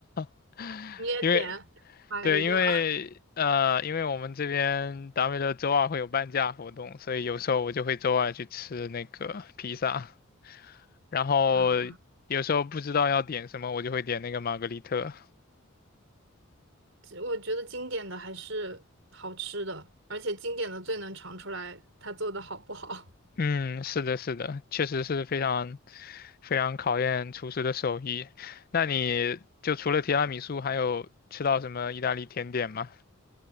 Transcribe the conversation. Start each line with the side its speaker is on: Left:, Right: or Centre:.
Left: <laughs>
Right: 你也点玛格丽特。
Left: 因为对，因为呃，
Right: <laughs>
Left: 因为我们这边达美乐周二会有半价活动，所以有时候我就会周二去吃那个披萨，然后
Right: 啊？
Left: 有时候不知道要点什么，我就会点那个玛格丽特。
Right: 我觉得经典的还是好吃的，而且经典的最能尝出来它做的好不好。
Left: 嗯，是的，是的，确实是非常非常考验厨师的手艺。那你就除了提拉米苏，还有吃到什么意大利甜点吗？